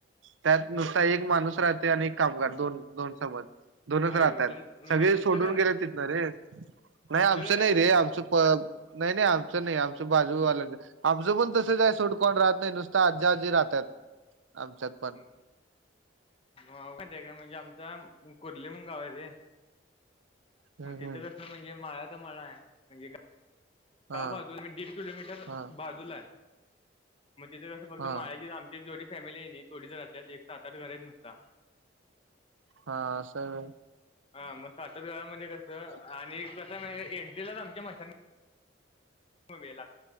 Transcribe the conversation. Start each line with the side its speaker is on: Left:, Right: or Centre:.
Right: त्यात नुसता एक माणूस राहते आणि एक कामगार दोन दोन समज दोनच
Left: आई
Right: राहत्यात
Left: गं तुम म्हणजे
Right: सगळे
Left: तुमचं
Right: सोडून
Left: घर
Right: गेले रे नाइ
Left: तुमचं
Right: आमचं
Left: घर आहे
Right: नाइ
Left: कसं
Right: रे आमचं प नाइ नाइ आम नाइ आमच बाजूवाल्या आमचं पण तसंच हाय सोडकोण राहत नाइ नुसत आज्जा आजी राहतात आमच्यात पण
Left: <unintelligible> म्हणजे आमचा कुर्ली म्हणून गाव हाय रे
Right: हम्म
Left: मग तिथं
Right: हम्म
Left: कसं मणजे माळ्याचा माळाय म्हणजे
Right: हा
Left: त्या बाजूला मी दीड किलोमीटर
Right: हा
Left: बाजूला आय म तिथं कसं फक्त
Right: हा
Left: <unintelligible> ती जेवडी फॅमिली हाय कणी तेवडीच राहत्यात एक सात आट घर हायत नुस्ता
Right: हा असंय वय
Left: हा मग साततगरामध्ये कस
Right: व्हय
Left: आणि कस एंट्रीलाच आमच्या मशां वेला